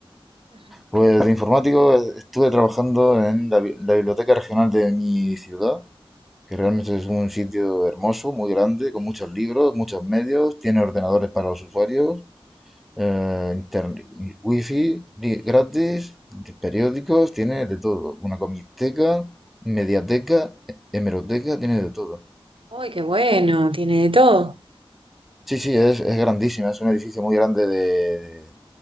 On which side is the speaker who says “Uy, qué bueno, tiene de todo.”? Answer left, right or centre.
Right